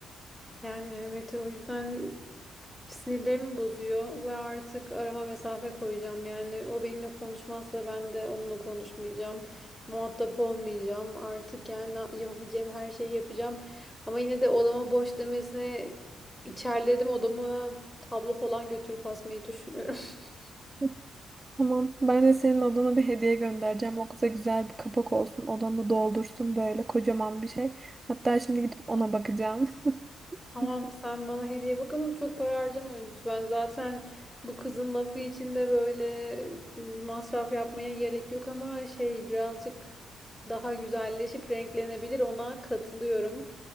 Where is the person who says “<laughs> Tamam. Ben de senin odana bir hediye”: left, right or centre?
Right